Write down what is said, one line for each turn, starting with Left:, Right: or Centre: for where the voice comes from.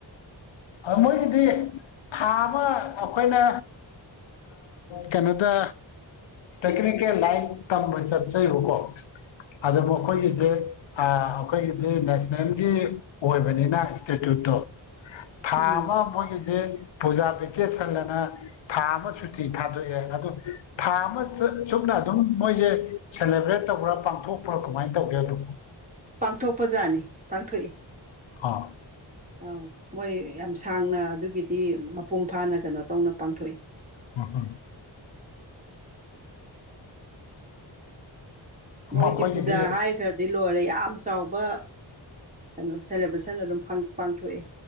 Left: ꯑ ꯃꯣꯏꯒꯤꯗꯤ ꯊꯥ ꯑꯃ ꯑꯩꯈꯣꯏꯅ ꯀꯩꯅꯣꯗ ꯇꯦꯛꯅꯤꯀꯦꯜ ꯂꯥꯏꯟ ꯀꯝꯄꯁꯠꯀꯣ ꯑꯗꯨꯕꯨ ꯑꯩꯈꯣꯏꯒꯤꯁꯦ ꯑꯩꯈꯣꯏꯒꯤꯗꯤ ꯅꯦꯁꯅꯦꯜꯒꯤ ꯑꯣꯏꯕꯅꯤꯅ ꯏꯟꯁꯇꯤꯇ꯭ꯌꯨꯠꯇꯣ ꯐꯥꯔꯃ
Right: ꯎꯝ
Left: ꯃꯣꯏꯒꯤꯁꯦ ꯄꯨꯖꯥ ꯄꯦꯀꯦꯖ ꯁꯪꯗꯅ ꯊꯥ ꯑꯃ ꯁꯨꯇꯤ ꯊꯥꯗꯣꯛꯑꯦ ꯑꯗꯨꯣ ꯊꯥ ꯑꯃ ꯑꯗꯨꯝ ꯃꯣꯏꯁꯦ ꯁꯦꯂꯦꯕ꯭ꯔꯦꯠ ꯇꯧꯕ꯭ꯔꯥ ꯄꯥꯡꯊꯣꯛꯄ꯭ꯔꯥ ꯀꯃꯥꯏꯅ ꯇꯧꯒꯦ ꯑꯗꯨ
Right: ꯄꯥꯡꯊꯣꯛꯄ ꯖꯥꯠꯅꯤ ꯄꯥꯡꯊꯣꯛꯏ
Left: ꯍꯥꯥ
Right: ꯑꯧ ꯃꯣꯏ ꯌꯥꯝ ꯁꯥꯡꯅ ꯑꯗꯨꯒꯤꯗꯤ ꯃꯄꯨꯡ ꯐꯥꯅ ꯀꯩꯅꯣ ꯇꯧꯅ ꯄꯥꯡꯊꯣꯛꯏ
Left: ꯑ ꯍ
Right: ꯃꯣꯏꯗꯤ
Left: ꯃꯈꯣꯏꯒꯤꯗꯤ
Right: ꯄꯨꯖꯥ ꯍꯥꯏꯈ꯭ꯔꯗꯤ ꯂꯣꯏꯔꯦ ꯌꯥꯝ ꯌꯥꯝ ꯆꯥꯎꯕ ꯀꯩꯅꯣ ꯁꯦꯂꯦꯕ꯭ꯔꯦꯁꯟ ꯑꯗꯨꯝ ꯄꯥꯡꯊꯣꯛꯑꯦ